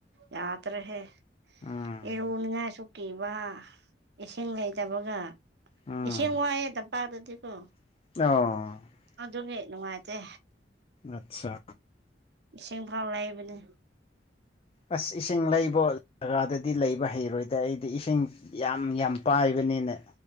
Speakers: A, on the right; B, on the left.
A: ꯌꯥꯗ꯭ꯔꯦꯍꯦ
B: ꯎꯝ
A: ꯏꯔꯨꯅꯤꯡꯉꯥꯏꯁꯨ ꯀꯤꯕ ꯏꯁꯤꯡ ꯂꯩꯇꯕꯒ
B: ꯎꯝ
A: ꯏꯁꯤꯡ ꯋꯥꯏꯑꯦ ꯇꯝꯄꯥꯛꯇꯗꯤꯀꯣ
B: ꯑꯣ
A: ꯑꯗꯨꯅꯦ ꯅꯨꯡꯉꯥꯏꯇꯦ
B: ꯑꯠꯁꯥ
A: ꯏꯁꯤꯡ ꯐꯥꯎ ꯂꯩꯕꯅꯦ
B: ꯑꯁ ꯏꯁꯤꯡ ꯂꯩꯕ ꯑꯣꯏ ꯖꯒꯥꯗꯗꯤ ꯂꯩꯕ ꯍꯩꯔꯣꯏꯗ ꯑꯩꯗꯤ ꯏꯁꯤꯡ ꯌꯥꯝ ꯌꯥꯝ ꯄꯥꯏꯕꯅꯤꯅ